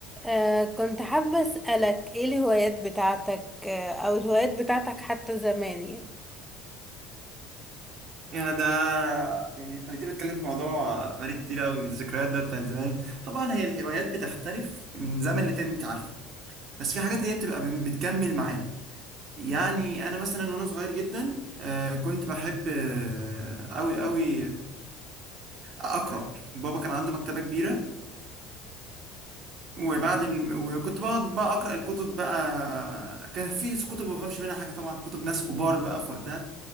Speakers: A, in the centre; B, on the right.
A: آه كنت حابة أسألك ايه الهوايات بتاعتك آه او الهوايات بتاعتك حتى زمان يعني
B: يا ده يعني خليتني اتكلم في موضوع بقالي كتير قوي الذكريات ده بتاعت زمان طبعا هي الهوايات بتختلف من زمن لتاني انت عارفه بس في حاجات هي بتبقى بتكمل معانا يعني انا مثلا وانا صغير جدا آه، كنت بحب قوي قوي اقرا بابا كان عنده مكتبه كبيره وبعد الم... وكنت بقعد بقى اقرا الكتب بقى كان في كتب ما بفهمش منها حاجه طبعا كتب ناس كبار بقى في وقتها